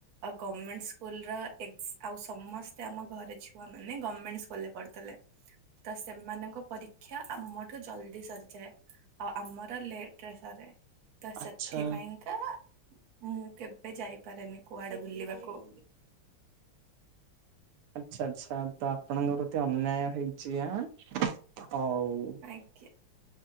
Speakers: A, on the right (about 50°); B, on the right (about 85°).
A: ଆଉ ଗଭମେଣ୍ଟ ସ୍କୁଲର ଏକ୍ସ ଆଉ ସମସ୍ତେ ଆମ ଘରେ ଛୁଆ ମାନେ ଗଭଣମେଣ୍ଟ ସ୍କୁଲରେ ପଢୁଥିଲେ ତ ସେମାନଙ୍କ ପରୀକ୍ଷା ଆମଠୁ ଜଲଦି ସରିଯାଏ। ଆଉ ଆମର ଲେଟରେ ସରେ। ତ ସେଥିପାଇଁକା
B: ଆଚ୍ଛା
A: ମୁଁ କେବେ ଯାଇପାରେନି। କୁଆଡେ ବୁଲିବାକୁ
B: ଆଚ୍ଛା ଆଚ୍ଛା ତ ଆପଣଙ୍କ ପ୍ରତି ଅନ୍ୟାୟ ହେଇଛି ହାଁ, ହଉ।
A: ଆଜ୍ଞା।